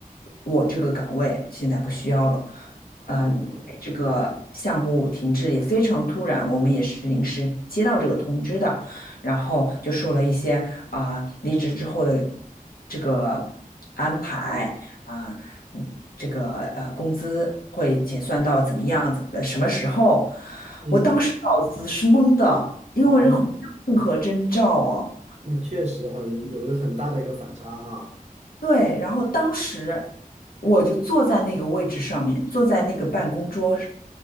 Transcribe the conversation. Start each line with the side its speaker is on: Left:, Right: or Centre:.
Left: 我这个岗位现在不需要了，
Right: 哦，
Left: 呃，这个项目停滞也非常突然，我们也是临时接到这个通知的，然后就说了一些啊、离职之后的这个安排啊、嗯，这个呃工资会结算到怎么样，怎么什么时候？
Right: 嗯
Left: 我当时脑子是懵的，因为我任何没有任何征兆哦。
Right: 哦，那确实很有一个很大的一个反差哈。
Left: 对，然后当时我就坐在那个位置上面，坐在那个办公桌上